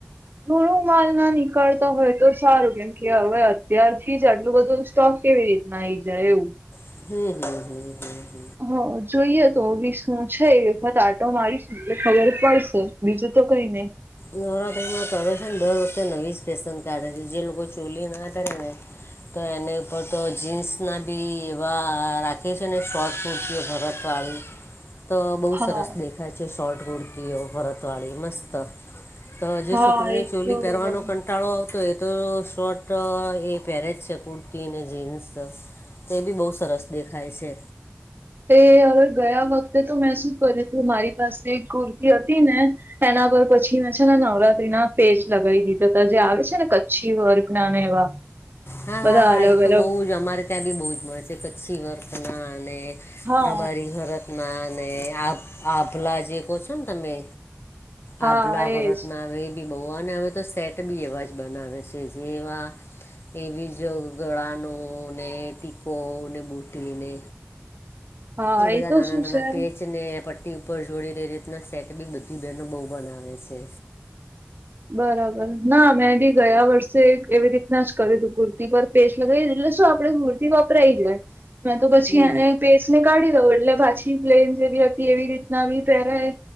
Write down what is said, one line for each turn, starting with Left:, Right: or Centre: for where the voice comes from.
Right: થોડું માલ ના નીકળતા હોય તો સારું કેમ કે હવે અત્યારથી જ આટલું બધું સ્ટોક કેવી રીતના આઈ જાય એવું
Left: હમ હમ હમ. હમ
Right: હ જોઈએ તો વીસ. હું છે એ વખત આટો મારીશ એટલે ખબર પડશે બીજું તો કઈ નય.
Left: નવરાત્રીમાં તો અવે છે ને દર વખતે નવી ફેશન કાઢે છે જે લોકો ચોલી ના કરે ને તો એની ઉપર તો જીન્સના બી એવા રાખે છે ને શોટ કુર્તીઓ ભરતવાળી
Right: <inaudible>
Left: તો બહુ
Right: હા
Left: સરસ દેખાય છે શોર્ટ કુર્તીઓ ભરતવાળી મસ્ત તો જે
Right: હા
Left: છોકરીને
Right: એ
Left: ચોલી
Right: તો
Left: પહેવાનો
Right: બરાબર
Left: ક કંટાળો આવતો હોય તો શોર્ટ એ પહેરે જ છે કુરતી અને જીન્સ. તે બી બહુ સરસ દેખાય છે.
Right: તે હવે ગયા વખતે તો મેં શું કર્યું હતું મારી પાસે કુર્તી હતી ને એના પર પછી પછી મેં નવરાત્રી ના પેજ લગાવી દીધા હતા જે આવે છે ને કચ્છી વર્ગના ને એવા
Left: હા
Right: બધા
Left: હા હા
Right: અલગ
Left: એ તો
Right: અલગ
Left: બહુ જ અમારે ત્યાં બી બહુ જ મળે છે કચ્છી વર્કના અને
Right: હા
Left: રબારી ભરતમાં અને આ આભલા જે કહ છો ને તમે
Right: હા
Left: આભલા ભરતના
Right: એજ
Left: હ એ બી બોવને હવે તો સેટ બી એવા જ બનાવે છે જે એવા એવી જ ગળાનું ને ટીકો ને બુટીને
Right: હા
Left: એ બધા
Right: તો
Left: નાના
Right: શું
Left: નાના
Right: છે
Left: પેચને પ ટી ઉપર જોડી રે એ રીતના સેટ બી બધી બહેનો બહુ બનાવે છે.
Right: બરાબર ના મેં ભી ગયા વર્ષ એવી રીતના જ કર તું કુર્તી પર પેશ લગાવી એટલે શું આપણે કૂર્તિ વાપરાઈ જાય. મે તો પછી
Left: હમ
Right: એને બેેસ ને કાઢી દઉં એટલે પાછી પ્લેન જે હતી એવી રીતના બી પહેરાય